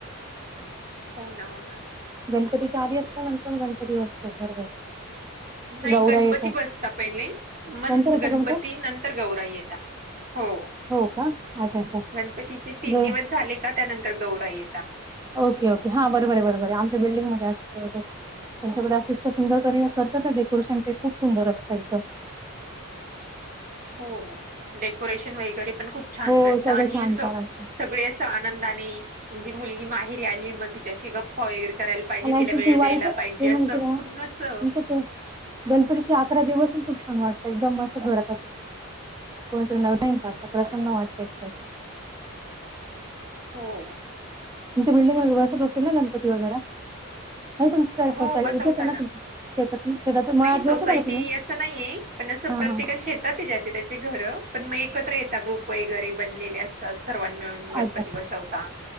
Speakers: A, on the right (about 40°); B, on the right (about 15°).
A: हो ना. हो ना.
B: गणपतीच्या आधी असतं. नंतर म गणपती बसतो. बरोबर.
A: नाही
B: गौराई
A: गणपती
B: येतात.
A: बसता पहिले. मग
B: नंतर येतं
A: गणपती
B: का ते?
A: नंतर गौराई येता. हो.
B: हो का? अच्छा, अच्छा.
A: गणपतीचे तीन
B: ग
A: दिवस झाले का त्यानंतर गौराई येता मग.
B: Okay okay. हां बरोबर, बरोबर. आमच्या बल्डिंगमध्ये असतं, त्यांच्याकडे असे सुंदर कधी करतात का डेकोरेशन. ते खूप सुंदर असत त्यांचं.
A: हो. डेकोरेशन वगैरे पण खूप छान
B: हो,
A: करता
B: सगळं
A: आणि
B: छान
A: अस
B: छान असतं.
A: सगळे असं - आनंदाने. म्हणजे मुलगी माहेरी आली मग तिच्याशी गप् पा वगैरे करायला पाहिजे.
B: मला
A: तिला
B: ॲक्चुअली
A: वेळ
B: दिवाळीचं
A: द्यायला पाहिजे
B: ते म्हणते
A: असं
B: ना
A: करून असं
B: तुमचे ते गणपतीचे अकरा दिवसच खूप छान वाटत. एकदम मस्त घरात असं कोणीतरी नवीन का? असं प्रसन्न वाटत तर
A: हो.
B: तुमच्या बिल्डिगमध्ये वगैरे बसत असतील ना गणपती वगैरे? नाही तुमच
A: हो
B: सोसा इथेच
A: बसवता
B: आहे ना? तुमचे शेता शेताचे माळात
A: नाही सोसायटी
B: बसवता का तुम्ही?
A: असं नाहीये पण असं
B: हा
A: प्रत्येका
B: हा
A: शेतात ज्याची त्याची घरं, पण मग एकत्र येता ग्रुप वगैरे. बनलेले असतात. सर्वां मिळून गणपती
B: अच्छा
A: बसवता.